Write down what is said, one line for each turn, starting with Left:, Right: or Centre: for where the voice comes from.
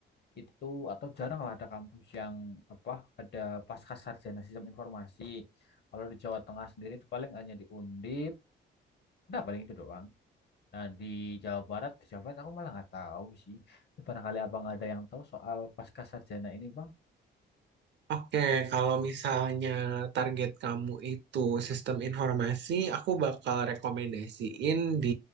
Left: itu atau jarang lah ada kampus yang apa ada pasca sarjana sistem informasi. Kalau di Jawa Tengah sendiri itu paling hanya di Undip, udah paling itu doang. Nah di Jawa Barat, di Jawa Barat aku malah nggak tahu sih. Ini barangkali abang ada yang tahu soal pasca sarjana ini bang?
Right: Oke, kalau misalnya target kamu itu sistem informasi, aku bakal rekomendasiin di